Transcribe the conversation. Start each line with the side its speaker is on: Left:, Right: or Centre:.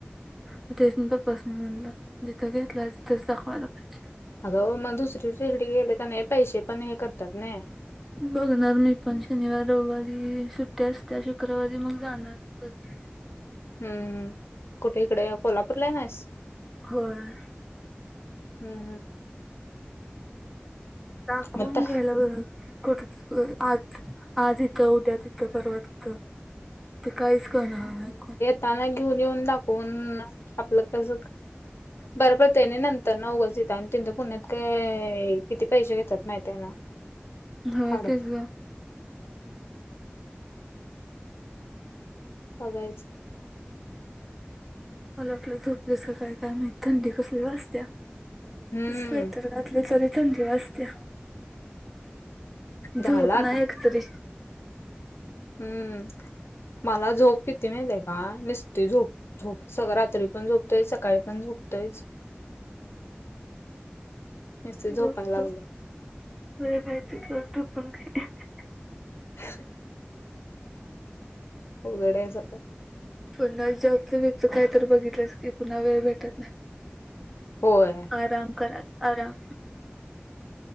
Centre: म तेच मी पप्पासनी म्हणल जिथ घेतलाय तिथच दाखवायला पाहिजे
Left: अग अ मग दुसरी तिकडे गेले का नायी पैसे पण हे करतात नायी
Centre: बघणार मी पण शनिवार रविवारी सुट्टी असत्या शुक्रवारी मग जाणार <unintelligible>
Left: हू कुठे इकडे कोल्हापूरला येणार आहेस
Centre: होय
Left: हू हू
Centre: दाखवून
Left: मग त
Centre: घ्यायला बर कुठ अ आज आज इथ उदया तिथ परवा तिथ ते काहीच कळणार नाही कोण
Left: त्याना घेऊन येऊन दाखवून आपल कस बर पडतय आणि नंततरन उगच तिथ आणि तिथ पुण्यात काय किती पैसे घेत्यात माहितये ना
Centre: होय
Left: फाडच
Centre: तेच ग
Left: बघायच
Centre: मला वाटल झोपल्याच की काय माइत थंडी कसली वाजत्या
Left: हम्म
Centre: स्वे <unintelligible> तरी थंडी वाजतेया
Left: झालं
Centre: झोप
Left: आता
Centre: नाय येत कधी
Left: हम्म मला झोप किती मायती का निसती झोप झोप सगळ रात्री पण झोपतयच सकाळी पण झोपतयच
Centre: <inaudible>
Left: नुसती
Centre: <unintelligible>
Left: झोपायला लागलोय <inaudible> अवघड हाय बा
Centre: पुन्हा जॉबच बिब च काय तर बघितलस की पुन्हा वेळ भेटत नाय
Left: होय
Centre: आराम करा आराम